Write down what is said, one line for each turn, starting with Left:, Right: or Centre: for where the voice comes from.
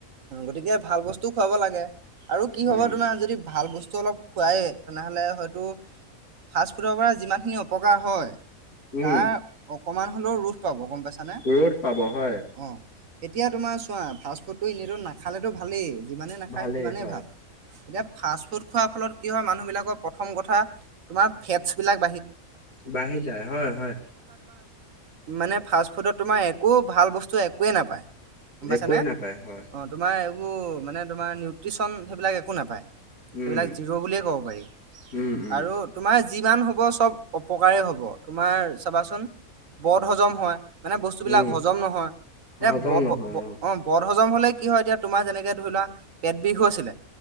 Right: গতিকে ভাল বস্তুও খুৱাব লাগে আৰু কি
Left: উম
Right: হ'ব তোমাৰ যদি ভাল বস্তু অলপ খুৱায়েই তেনেহ'লে হয়তো ফাষ্টফুডৰ পৰা যিমানখিনি অপকাৰ হয়
Left: উম
Right: তাৰ অকণমান হ'লেও ৰোধ পাব গম পাইছ নে অ।
Left: ৰ'দ পাব হয়
Right: এতিয়া তোমাৰ চোৱা ফাষ্টফুডটো এনেইতো নাখালেতো ভালেই যিমানেই নাখায়
Left: ভালেই
Right: সিমানেই
Left: হয়
Right: ভাল। এতিয়া ফাষ্ট ফুড খোৱাৰ ফলত কি হয় মানুহ <inaudible> কথা তোমাৰ
Left: বাঢ়ি যায় হয় হয়
Right: মানে ফাষ্টফুডত তোমাৰ একো ভাল বস্তু একোৱেই নাপায়। গম পাইছানে
Left: একোৱেই নাপায় হয়
Right: অ' তোমাৰ এইবোৰ মানে তোমাৰ নিউট্ৰিচন সেইবিলাক একো নাপায়। সেইবিলাক
Left: উম
Right: জিৰ' বুলিয়ে ক'ব পাৰি
Left: উম উম
Right: আৰু তোমাৰ যিমান হ'ব চব অপকাৰে হ'ব তোমাৰ চাবাচোন। বট হজম হয় মানে বস্তুবিলাক
Left: উম
Right: হজম নহয় এতিয়া
Left: হজম
Right: বট
Left: নহয়
Right: অ। বদ হজম হলে কি হয় এতিয়া তোমাৰ যেনেকে ধৰি লোৱা পেট বিষ হৈছিল